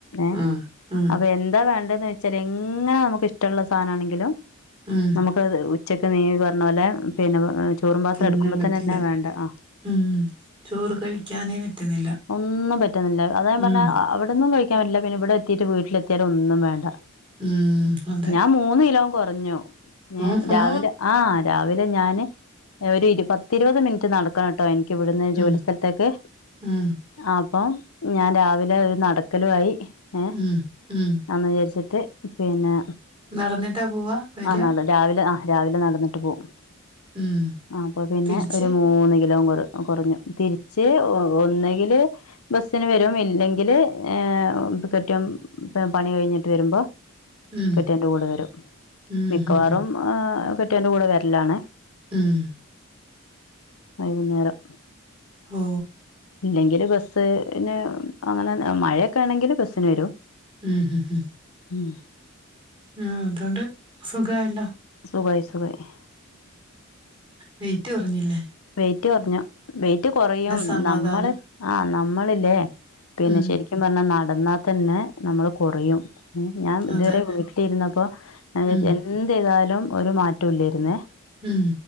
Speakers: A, on the left; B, on the right.
A: ഏ
B: ആഹ് ഉം
A: അപ്പൊ എന്താ വേണ്ടേ ന്ന് വെച്ചാല് എങ്ങനെ നമ്മുക്ക്ഷ്ടള്ള സാനാണെങ്കിലും
B: ഉം
A: നമ്മുക്കത് ഉച്ചക്ക് നീ പറഞ്ഞ പോലെ പിന്നെ ചോറും പാത്രം
B: തിന്നാൻ
A: എടുക്കുമ്പോ
B: പറ്റില്ല
A: തന്നെന്നെ വേണ്ട ആ
B: ഉം ചോറ് കഴിക്കാനേ പറ്റുന്നില്ല
A: ഒന്നും പറ്റുന്നില്ല അതാ ഞാൻ
B: ഉം
A: പറഞ്ഞെ അവിടന്നും കഴിക്കാൻ പറ്റില്ല ഇവടെത്തീട്ട് വീട്ടിലെത്തിയാലും ഒന്നും വേണ്ട
B: ഉം അതെ
A: ഞാൻ മൂന്ന് കിലോം കൊറഞ്ഞു എ
B: ആഹാ
A: രാവിലെ ആ രാവിലെ ഞാന് ഒരു ഇരുപത് പത്തിരുപത് മിനിറ്റ് നടക്കണട്ടോ എനി ഇവിടുന്ന് ജോലി
B: ഉം
A: സ്ഥലത്തേക്ക്
B: ഉം
A: ആ പ്പോ ഞാൻ രാവിലെ ഒരു നടക്കലും ആയി ഏ
B: ഉം ഉം
A: എന്ന് വിചാരിച്ചിട്ട് പിന്നെ
B: നടന്നിട്ടാ പൂവാ വര
A: ആ നട രാവിലെ ആ രാവിലെ നടന്നിട്ട് പോവും
B: ഉം
A: അപ്പോ പിന്നെ
B: തിരിച്ച്
A: ഒരു മൂന്ന് കിലോൻ കൊറ കൊറഞ്ഞു തിരിച്ച് ഒ ഒന്നെങ്കില് ബസ്സിന് വരും ഇല്ലെങ്കില് ഏഹ് കെട്ട്യോൻ പണി കഴിഞ്ഞിട്ട് വരുമ്പോ
B: ഉം
A: കെട്ട്യോന്റെ കൂടെ വരും
B: ഉം
A: മിക്കവാറും
B: ഹ് ഹ്
A: ആ കെട്ട്യോന്റെ കൂടെ വരലാണ്
B: ഉം
A: വൈകുന്നേരം
B: ഓ
A: ഇല്ലെങ്കില് ബസ്ന് അങ്ങനെ മഴയൊക്കെ ആണെങ്കില് ബസ്സിന് വരും
B: ഉം ഉം
A: ഉം
B: ഉ അതോണ്ട് സുഖായല്ലോ
A: സുഖായി സുഖായി
B: വെയ്റ്റ് കൊറഞ്ഞില്ലേ
A: വെയ്റ്റ് കൊറഞ്ഞു വെയ്റ്റ് കൊറയും
B: സമാധാനം
A: നമ്മള് ആ നമ്മളില്ലേ പിന്നെ
B: ഉം
A: ശെരിക്കും പറഞ്ഞാ നടന്നാ തന്നെ നമ്മള് കൊറയും ഏ ഞാൻ
B: അതെ
A: തുവരെ വീട്ടിലിരുന്നപ്പോ ഞ വിചാരിച്ചു
B: ഉം
A: എന്ത് ചെയ്താലും ഒരു മാറ്റവുമില്ലായിരുന്നേ
B: ഉം